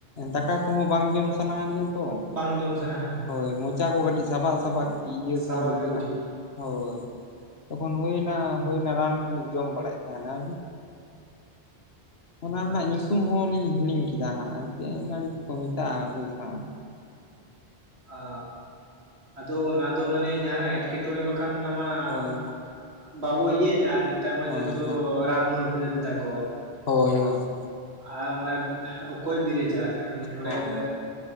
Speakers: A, on the left; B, on the right.
A: ᱫᱟᱠᱟ ᱠᱚᱦᱚᱸ ᱵᱟᱝ ᱡᱚᱢ ᱥᱟᱱᱟ ᱟᱱᱤᱡᱟ ᱛᱚ,
B: ᱵᱟᱝ ᱡᱚᱢ ᱥᱟᱱᱟᱣᱟ
A: ᱦᱳᱭ ᱢᱚᱡᱽ ᱢᱚᱪᱟ ᱠᱚ ᱠᱟᱹᱴᱤᱡ ᱥᱟᱵᱟᱜ ᱥᱟᱵᱟᱜ ᱠᱟᱹᱴᱤᱡ ᱤᱭᱟᱹ
B: ᱥᱟᱵᱟᱜ
A: ᱥᱟᱺᱦᱤᱡ ᱵᱩᱡᱷᱟᱹᱜᱼᱟ
B: ᱜᱮ
A: ᱦᱳᱭ᱾ ᱛᱚᱠᱷᱚᱱ ᱦᱩᱭᱱᱟ ᱦᱩᱭᱱᱟ ᱨᱟᱱ ᱠᱚᱞᱤᱧ ᱡᱚᱢ ᱵᱟᱲᱟᱭᱮᱫ ᱛᱟᱦᱮᱱᱟ᱾ ᱚᱱᱟ ᱨᱮᱱᱟᱜ
B: ᱟᱪᱪᱷᱟ
A: ᱧᱩᱛᱩᱢ ᱦᱚᱸᱞᱤᱧ ᱦᱤᱲᱤᱧ ᱠᱮᱫᱟ ᱦᱟᱸᱜ ᱪᱮᱫ ᱱᱟᱹᱲᱤ ᱪᱚᱠᱚ ᱢᱮᱛᱟᱜᱼᱟ ᱵᱮᱥ ᱦᱟᱜ᱾
B: ᱚ ᱟᱫᱚ ᱚᱱᱟ ᱫᱚ ᱢᱟᱱᱮ ᱡᱟᱦᱟᱱᱟᱜ ᱮᱴᱠᱮᱴᱚᱬᱮ ᱵᱟᱠᱷᱟᱱ ᱚᱱᱟ ᱢᱟ
A: ᱦᱳᱭ
B: ᱵᱟᱵᱚ ᱤᱭᱟᱹᱭᱫᱟ ᱟᱨ ᱱᱮᱛᱟᱨ
A: ᱦᱳᱭ
B: ᱢᱟ ᱡᱚᱛᱚ ᱨᱟᱱ ᱢᱩᱨᱜᱟᱹᱱ ᱜᱟᱹᱱ ᱫᱟ ᱠᱚ
A: ᱦᱳᱭ ᱦᱳᱭ
B: ᱟᱨ ᱚᱱᱮ ᱚᱠᱚᱭ ᱵᱤᱨ ᱮ ᱪᱟᱞᱟᱜ ᱠᱟᱱᱟ ᱢᱤᱫ ᱰᱚᱰᱮᱠ
A: ᱦᱳᱭ ᱦᱳᱭ ᱦᱳᱭ